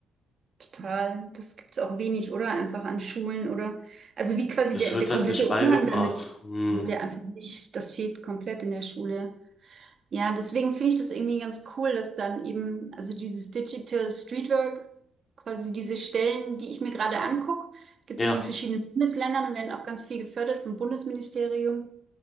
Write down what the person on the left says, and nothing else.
Das
wird
halt nicht beigebracht.
Hm.
Ja,